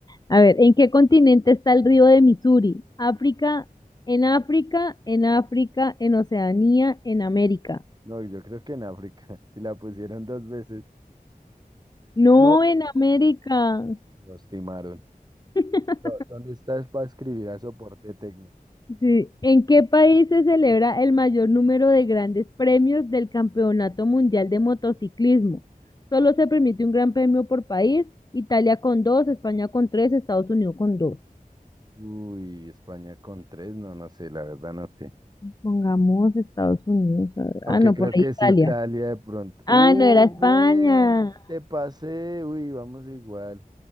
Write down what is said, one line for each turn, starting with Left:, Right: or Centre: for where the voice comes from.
Left: A ver, ¿en qué continente está el río de Misuri? África, en África, en África, en Oceanía, en América.
Right: No, yo creo que en África. <laughs> Si la pusieron dos veces.
Left: No,
Right: No.
Left: en América.
Right: Los timaron.
Left: <laughs>
Right: ¿Dó- ¿Dónde estás para escribir a soporte técnico?
Left: Sí. ¿En qué país se celebra el mayor número de grandes premios del Campeonato Mundial de Motociclismo? Solo se permite un gran premio por país, Italia con dos, España con tres, Estados Unidos con dos.
Right: Uy, España con tres, no, no sé, la verdad no sé.
Left: Pongamos Estados Unidos. a ver.
Right: Aunque
Left: Ah, no,
Right: creo
Left: por ahí
Right: que es
Left: Italia.
Right: Italia de pronto.
Left: Ah,
Right: Uy,
Left: no, era España.
Right: bien,
Left: A
Right: te pasé. Uy, vamos igual.